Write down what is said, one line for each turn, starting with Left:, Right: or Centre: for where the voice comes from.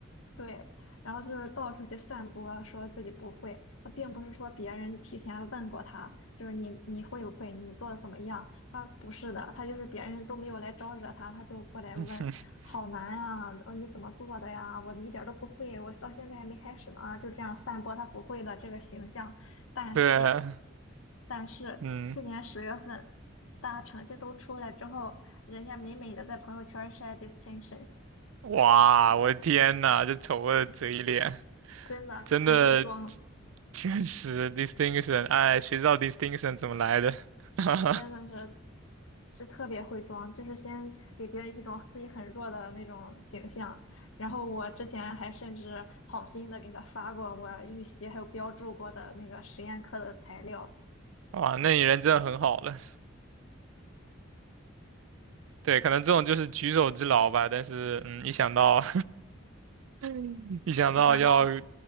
Left: 对，然后就是到处去散播，说自己不会。他并不是说别人提前问过他，就是你你会不会，你做的怎么样？他不是的，他就是别人都没有来招惹他，他就过来问，
Right: <laughs>
Left: 好难啊，呃你怎么做的呀？我一点儿都不会，我到现在还没开始呢啊，就这样散播他不会的这个形象。但是，
Right: 对，
Left: 但是去年十月份，
Right: 嗯，
Left: 大家成绩都出来之后，人家美美的在朋友圈晒 distinction，
Right: 哇，我的天呐，这丑恶的嘴脸，
Left: 真的很会装。
Right: 真的确实 distinction，哎，谁知道 distinction 怎么来的？<laughs>
Left: 真的是是特别会装，就是先给别人一种自己很弱的那种形象。然后我之前还甚至好心的给他发过我预习还有标注过的那个实验课的材料，
Right: 哇，那你人真的很好了。对，可能这种就是举手之劳吧，但是嗯，一想到 <laughs> 一想到要
Left: 一想到